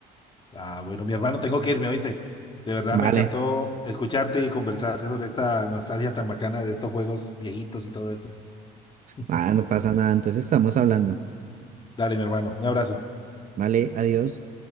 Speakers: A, on the left (about 30°); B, on the right (about 50°).
A: Ah, bueno, mi hermano, tengo que irme, ¿oíste? De verdad
B: vale,
A: me encantó escucharte y conversar sobre esta nostalgia tan bacana de estos juegos viejitos y todo esto. <laughs>
B: ah, no pasa nada. Entonces estamos hablando.
A: Dale, mi hermano, un abrazo.
B: Vale, adiós.